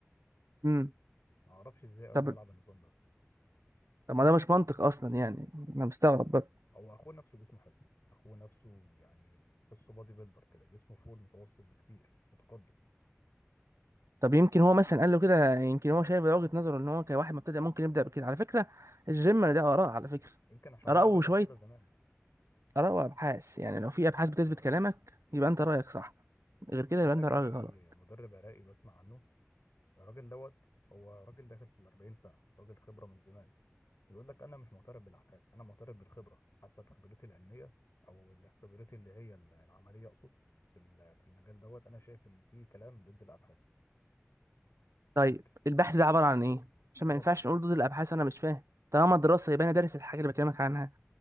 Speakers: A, on the right; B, on the left.
A: امم
B: ما اعرفش ازاي قال
A: طب
B: له يلعب النظام ده
A: طب ما ده مش منطق اصلا يعني انا مستغرب برضه
B: او اخوه نفسه جسمه حلو اخوه نفسه يعني تحسه بادي بيلدر كده جسمه فوق المتوسط بكتير متقدم
A: طب يمكن هو مثلا قال له كده يمكن هو شايف وجهة نظره ان هو كواحد مبتدئ ممكن يبدأ بكده على فكرة الجيم ده آراء على فكرة
B: يمكن عشان
A: آراء
B: هو بدأ
A: وشوية
B: كده زمان
A: آراء وأبحاث يعني لو في أبحاث بتثبت
B: صح
A: كلامك يبقى أنت رأيك صح غير كده
B: عندك
A: يبقى أنت رأيك
B: في
A: غلط
B: مدرب عراقي بسمع عنه الراجل دوت هو راجل داخل في ال 40 سنه راجل خبره من زمان يقول لك انا مش معترف بالابحاث انا معترف بالخبره حسب خبرتي العلميه او ال- خبرتي اللي هي ال- العمليه اقصد في ال- في المجال دوت انا شايف ان في كلام ضد الابحاث كتير
A: طيب البحث ده عبارة عن إيه عشان
B: دراسه
A: ما ينفعش نقول ضد الأبحاث أنا مش فاهم طالما دراسة يبقى أنا دارس الحاجة اللي بكلمك عنها